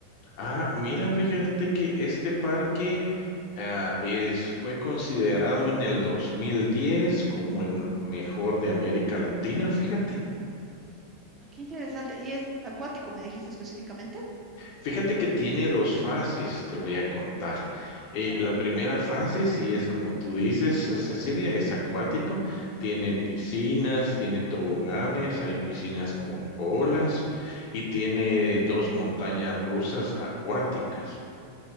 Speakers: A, on the left; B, on the right.
A: Ah, mira, fíjate que este parque ah, es, fue considerado en el 2010 como el mejor de América Latina, fíjate.
B: Ah, Qué interesante. ¿Y es acuático, me dijiste específicamente?
A: Fíjate que tiene dos fases, te voy a contar. Eh,
B: Ya,
A: la primera fase, sí es como tú dices, Cecilia, es acuático, tiene piscinas, tiene toboganes, hay piscinas con olas y tiene dos montañas rusas acuáticas.